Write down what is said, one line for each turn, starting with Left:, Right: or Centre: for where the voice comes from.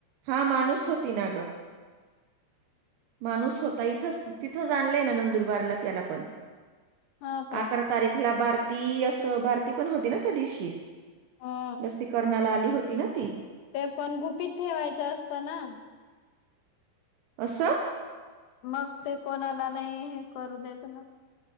Right: हा माणूस होती ना ग. माणूस होता इथच तिथं जा आणलंय ना नंदुरबारला. ण
Left: हा का
Right: अकरा तारीखला बार. ती असं भारती पण होती ना त्या दिवशी
Left: हो
Right: लसीकरणाला आली होती ना. ती
Left: ते पण गुपीत ठेवायचं असत ना.
Right: असं.
Left: मग ते कोणाला नाही हे करू देत ना.